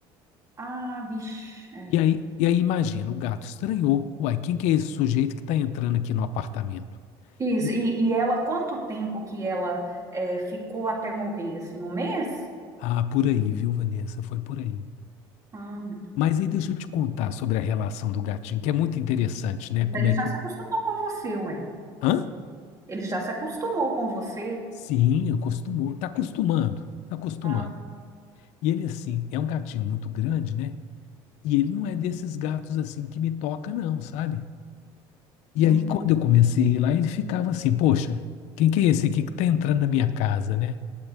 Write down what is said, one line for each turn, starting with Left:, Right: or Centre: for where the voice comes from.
Right: Ah, vixe. é.
Left: E aí, e aí imagina, o gato estranhou. Uai, quem que é esse sujeito que está entrando aqui no apartamento?
Right: Isso.
Left: E-
Right: E, e ela, quanto tempo que ela é, ficou até morrer? Assim, um mês?
Left: Ah, por aí, viu, Vanessa? Foi por aí.
Right: Ah, meu Deus.
Left: Mas aí deixa eu te contar sobre a relação do gatinho, que é muito interessante, né?
Right: Então
Left: Como
Right: ele
Left: é
Right: já
Left: que.
Right: se
Left: eu-
Right: acostumou com você, ué.
Left: Hã?
Right: Ele já se acostumou com você.
Left: Sim, acostumou. Está acostumando. Está acostumando.
Right: Ah,
Left: E ele, assim, é um gatinho muito grande, né? E ele não é desses gatos, assim, que me toca, não, sabe? E
Right: hum.
Left: aí, quando eu
Right: <laughs>
Left: comecei a ir lá, ele ficava assim, poxa, quem que é esse aqui que tá entrando na minha casa, né?